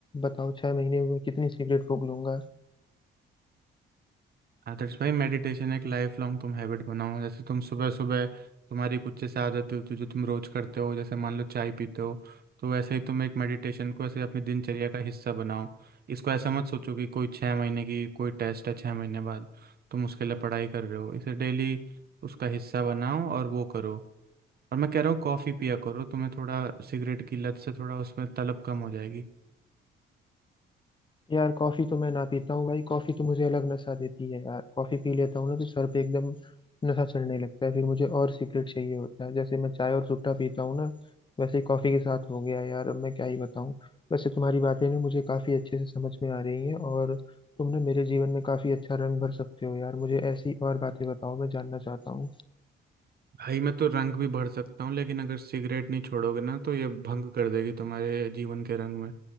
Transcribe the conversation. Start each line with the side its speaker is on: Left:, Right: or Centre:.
Left: बताओ छह महीने में कितनी सिगरेट फूक लूंगा
Right: आदर्श भाई मेडिटेशन एक लाइफ लॉन्ग तुम हैबिट बनाओ जैसे तुम सुबह सुबह तुम्हारी कुछ जैसे आदत होती है जो तुम रोज करते हो जैसे मान लो चाय पीते हो तो वैसे ही तुम एक मेडिटेशन को ऐसे अपनी दिनचर्या का हिस्सा बनाओ इसको ऐसा मत सोचो कि कोई छः महीने की कोई टेस्ट है छः महीने बाद तुम उसके लिए पढ़ाई कर रहे हो इसे डेली उसका हिस्सा बनाओ और वो करो और मैं कह रहा हूँ कॉफ़ी पिया करो तुम्हें थोड़ा सिगरेट की लत से थोड़ा उसमें तलब कम हो जाएगी
Left: यार कॉफी तो मैं ना पीता हूँ भाई कॉफी तो मुझे अलग नशा देती है यार कॉफी पी लेता हूँ ना तो सर पे एकदम नशा चढ़ने लगता है फिर मुझे और सिगरेट चाहिए होता है जैसे मैं चाय और सुट्टा पीता हूँ ना वैसे ही कॉफी के साथ हो गया यार अब मैं क्या ही बताऊँ वैसे तुम्हारी बातें ना मुझे काफी अच्छे से समझ में आ रही हैं और तुम ना मेरे जीवन में काफी अच्छा रंग भर सकते हो यार मुझे ऐसी और बातें बताओ मैं जानना चाहता हूँ
Right: भाई मैं तो रंग भी भर सकता हूँ लेकिन अगर सिगरेट नहीं छोड़ोगे ना तो ये भंग कर देगी तुम्हारे जीवन के रंग में